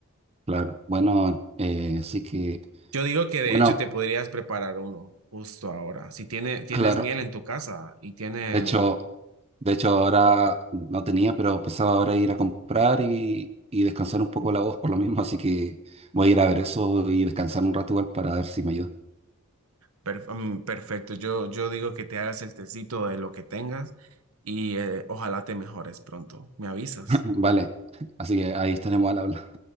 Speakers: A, on the right; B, on the right.
A: Claro. Bueno, eh, así que,
B: Yo digo que de
A: bueno,
B: hecho te podrías preparar uno justo ahora. Si tiene, tienes
A: claro.
B: miel en tu casa y tiene
A: De hecho, De hecho, ahora no tenía, pero pensaba ahora ir a comprar y, y descansar un poco la voz por lo mismo, así que voy a ir a ver eso y descansar un rato igual para ver si me ayuda.
B: Per- mm, perfecto, yo, yo digo que te hagas el tecito de lo que tengas y eh, ojalá te mejores pronto. ¿Me avisas?
A: <laughs> Vale, así que ahí estaremos al habla.